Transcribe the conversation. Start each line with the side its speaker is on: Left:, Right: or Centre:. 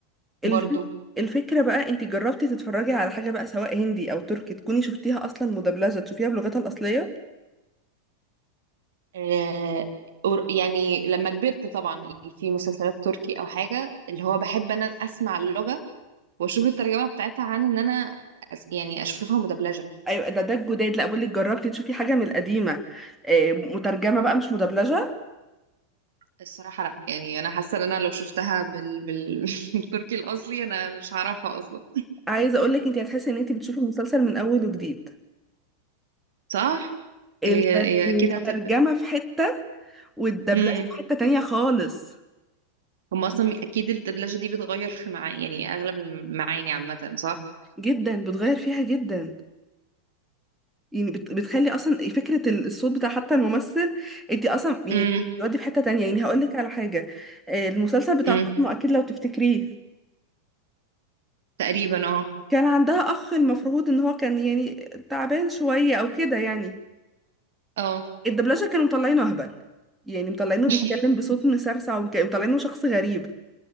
Right: برضو
Centre: الف... الفكرة بقى انت جربتي تتفرجي على حاجة بقى سواء هندي او تركي تكوني شفتيها اصلا مدبلجة تشوفيها بلغتها الاصلية
Right: آه... أور- يعني لما كبرت طبعا في مسلسلات تركي او حاجه اللي هو بحب انا اسمع اللغه واشوف الترجمه بتاعتها عن ان انا أس... يعني اشوفها مدبلجه
Centre: ايوه ده ده الجداد لا بقول لك جربتي تشوفي حاجة من القديمة آه، مترجمة بقى مش مدبلجة
Right: الصراحة لا يعني انا حاسة ان انا لو شفتها بال... بال... <laughs> بالتركي الاصلي انا مش هعرفها اصلا
Centre: عايزة اقول لك انت هتحسي ان انت بتشوفي المسلسل من اول وجديد
Right: صح
Centre: التر...
Right: هي هي
Centre: الترجمة
Right: كده هتبقى
Centre: في حتة والدبلجة
Right: امم
Centre: في حتة تانية خالص
Right: هم اصلا اكيد الدبلجة دي بتغير في معاني يعني اغلب المعاني عامة صح
Centre: جدا بتغير فيها جدا يعني بت- بتخلي اصلا فكره ال- الصوت بتاع حتى الممثل انت اصلا يعني
Right: امم
Centre: يودي في حته تانية يعني هقول لك على حاجه آه، المسلسل بتاع
Right: امم
Centre: فاطمه اكيد لو تفتكريه
Right: تقريبا اه
Centre: كان عندها اخ المفروض ان هو كان يعني تعبان شويه او كده يعني
Right: اه
Centre: الدبلجه كانوا مطلعينه اهبل يعني مطلعينه بيتكلم
Right: <laughs>
Centre: بصوت مسرسع وكانوا مطلعينه شخص غريب